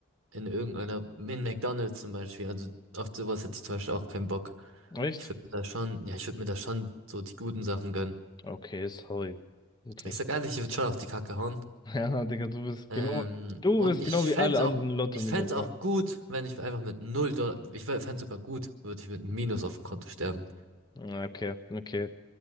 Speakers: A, on the right (about 75°); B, on the left (about 20°).
A: in irgendeiner, in McDonald's zum Beispiel. Also auf sowas hätte ich zum Beispiel auch keinen Bock.
B: Echt?
A: Ich würde mir da schon, ja, ich würde mir da schon so die guten Sachen gönnen.
B: Okay, sorry. Wirklich.
A: Ich sag ehrlich, ich würde schon auf die Kacke hauen.
B: <laughs> Ja, Digga, du bist
A: Ähm,
B: genau, du
A: und
B: bist
A: ich
B: genau
A: fänd's
B: wie alle
A: auch,
B: anderen Lotto-Millionäre.
A: ich fänd's auch gut, wenn ich einfach mit null, Dollar, ich fänd's sogar gut, würde ich mit einem Minus auf dem Konto sterben.
B: Ja, Okay, okay.